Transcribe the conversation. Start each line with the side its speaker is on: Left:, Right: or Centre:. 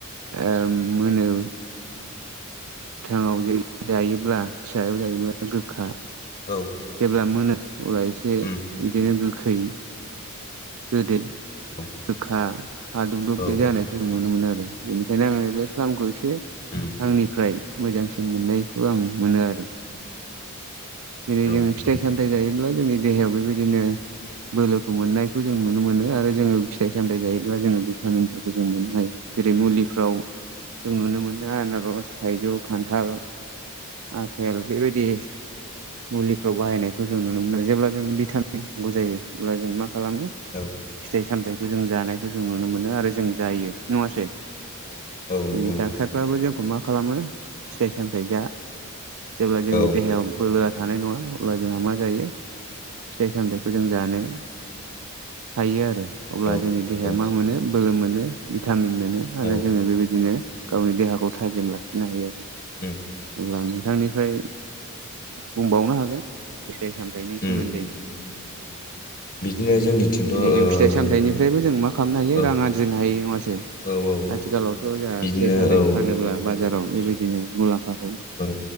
Right: ओम मोनो थाङाव जेरै जायोब्ला फिसायाव जायोब्ला गोखा
Left: औ
Right: जेब्ला मोनो अब्ला एसे
Left: उम
Right: बिदिनो गोखै गोदै गोखा
Left: औ
Right: फादुब दुब
Left: औ
Right: बे जानायखौ जों नुनो मोनो आरो बेनिखायनो आङो बे प्लामखौ ए <unintelligible>
Left: उम
Right: आंनिफ्राय मोजांसिन मोननायखौ आं मोनो आरो
Left: औ
Right: जेरै
Left: उम
Right: जोङो फिथाइ सामथायाइ जायोब्ला जोंनि देहायाव बेबायदिनो बोलोखौ मोननायखौ जों नुनो मोनो आरो जोङो फिथाइ सामथायाइ जायोब्ला जोङो भिटामिनफोरखौ जों मोननो हायो जेरै मुलिफ्राव जों नुनो मोनो आनारस थाइजौ खान्थाल आफेल बेबायदि मुलिफ्राव बाहायनायखौ जों नुनो मोनो जेब्ला जों भिटामिन नांगौ जायो अब्ला जों मा? खालामो
Left: औ
Right: फिथाइ सामथायाइखौ जों जानायखौ जों नुनो मोनो आरो जों जायो नङासै?
Left: औ औ
Right: जेरै
Left: नंगौ नोंथां
Right: डाक्टारफ्राबो जोंखौ मा खालामो फिथाइ सामथाय जा जेब्ला जोंनि
Left: औ
Right: देहायाव बोलोआ थानाय नङा अब्ला जोंहा मा जायो फिथाइ सामथाइखौ जों जानो हायो आरो अब्ला
Left: औ
Right: जोंनि देहाया
Left: औ
Right: मा मोनो बोलो मोनो भिटामिन मोनो आरो
Left: औ
Right: जोङो बेबायदिनो गावनि देहाखौ थाजिम लाखि नो हायो आरो
Left: उम
Right: अब्ला नोंथांनिफ्राय बुंबावनो हागोन फिथाय सामथायनि सोमोन्दै
Left: उम बिदिनो जोंनिथिंथ'
Right: जेरै
Left: ओ
Right: जों फिथाइ
Left: मोन
Right: सामथाइनिफ्रायबो जों मा खालामनो हायो
Left: औ
Right: रां आरजिनो हायो नङासै
Left: औ औ
Right: आथिखालावथ जोंहा
Left: बिदिनो
Right: फिथाइ सामथाइ
Left: औ
Right: फानोब्ला बाजाराव बेबायदिनो मुलाम्फाखौ
Left: औ